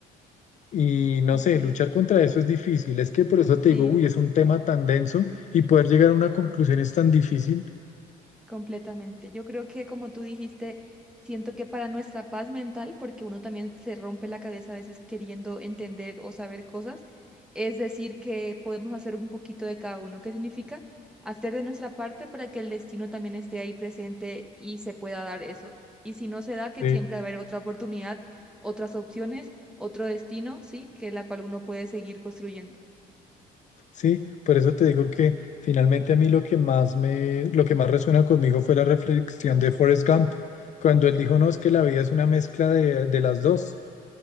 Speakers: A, on the left (about 45°); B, in the centre.
A: Y no
B: Ok,
A: sé, luchar contra eso es difícil. Es que por eso
B: sí,
A: te digo, uy, es un tema tan denso y poder llegar a una conclusión es tan difícil.
B: completamente. Yo creo que como tú dijiste, siento que para nuestra paz mental, porque uno también se rompe la cabeza a veces queriendo entender o saber cosas, es decir, que podemos hacer un poquito de cada uno. ¿Qué significa? Hacer de nuestra parte para que el destino también esté ahí presente y se pueda dar eso. Y si no se da, que
A: Sí.
B: siempre va a haber otra oportunidad, otras opciones, otro destino, sí, que la cual uno puede seguir construyendo.
A: Sí, por eso te digo que finalmente a mí lo que más me, lo que más resuena conmigo fue la reflexión de Forrest Gump, cuando él dijo, no, es que la vida es una mezcla de, de las dos.